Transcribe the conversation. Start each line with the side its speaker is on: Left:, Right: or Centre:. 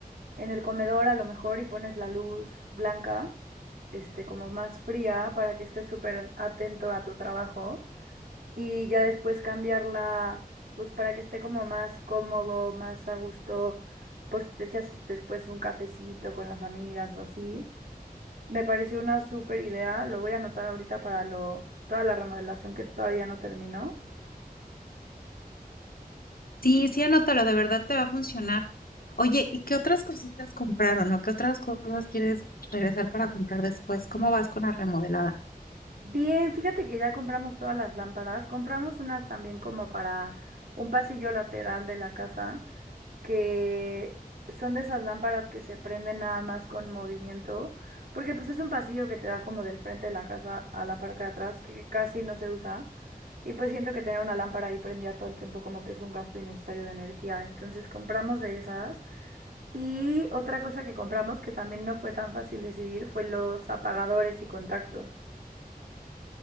Right: en el comedor a lo mejor y pones la luz blanca este, como más fría para que estés súper atento a tu trabajo y ya después cambiarla, pues para que esté como más cómodo, más a gusto, por si te echas después un cafecito con las amigas o así. Me pareció una súper idea, lo voy a anotar ahorita para lo, toda la remodelación que todavía no terminó.
Left: Sí, sí, anótalo, de verdad te va a funcionar. Oye, ¿y qué otras cositas compraron o qué otras cosas quieres regresar para comprar después? ¿Cómo vas con la remodelada?
Right: Bien, fíjate que ya compramos todas las lámparas, compramos unas también como para un pasillo lateral de la casa. que son de esas lámparas que se prenden nada más con movimiento, porque pues es un pasillo que te da como del frente de la casa a la parte de atrás, que casi no se usa, y pues siento que tener una lámpara ahí prendida todo el tiempo como que es un gasto innecesario de energía, entonces compramos de esas. Y otra cosa que compramos que también no fue tan fácil decidir fue los apagadores y contactos.